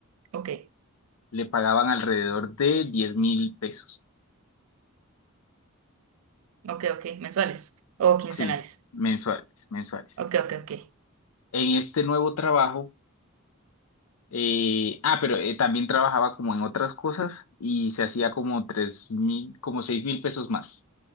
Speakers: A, on the right; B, on the left.
A: ok.
B: le pagaban alrededor de diez mil pesos,
A: Ok, ok, mensuales o quincenales.
B: sí, mensuales, mensuales.
A: Ok, ok, ok.
B: En este nuevo trabajo Eh, ah, pero eh, también trabajaba como en otras cosas y se hacía como tres mil, como seis mil pesos más.